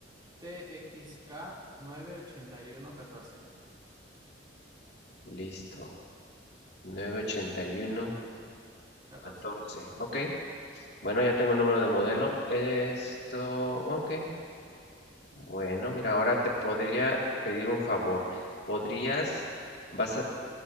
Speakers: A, on the right; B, on the left.
A: T X K nueve ochenta y uno catorce
B: Listo. novecientos ochenta y uno
A: catorce
B: catorce, Ok. Bueno, ya tengo el número de modelo. Esto. Ok. Bueno, mira, ahora te podría pedir un favor. ¿Podrías, vas a